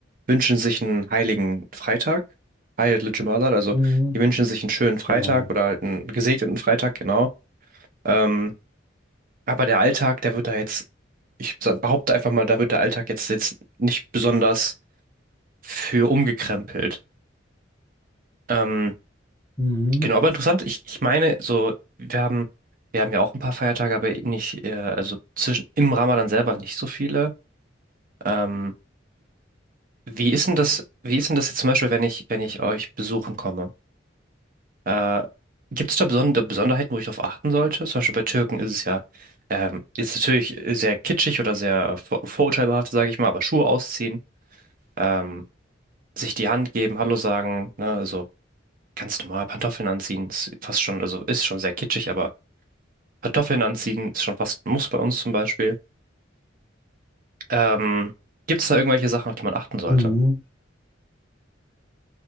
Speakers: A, on the right; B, on the left.
A: wünschen sich einen heiligen Freitag, Heil Jumalat, also
B: Mhm.
A: die wünschen sich einen schönen Freitag
B: Genau.
A: oder halt einen gesegneten Freitag, genau. Ähm, aber der Alltag, der wird da jetzt, ich sa- behaupte einfach mal, da wird der Alltag jetzt jetzt nicht besonders für umgekrempelt. Ähm,
B: Mhm.
A: Genau, aber interessant, ich, ich meine, so, wir haben, wir haben ja auch ein paar Feiertage, aber nicht, äh, also zwischen im Ramadan selber nicht so viele. Ähm, wie ist denn das, wie ist denn das jetzt zum Beispiel, wenn ich, wenn ich euch besuchen komme? Äh, gibt es da besondere Besonderheiten, wo ich darauf achten sollte? Zum Beispiel bei Türken ist es ja, ähm, ist natürlich sehr kitschig oder sehr äh, vor- vorurteilbehaftet, sage ich mal, aber Schuhe ausziehen, ähm, sich die Hand geben, Hallo sagen, ne, also ganz normal Pantoffeln anziehen, ist fast schon, also ist schon sehr kitschig, aber Kartoffeln anziehen ist schon fast ein Muss bei uns zum Beispiel. Ähm, gibt es da irgendwelche Sachen, auf die man achten sollte?
B: Mhm.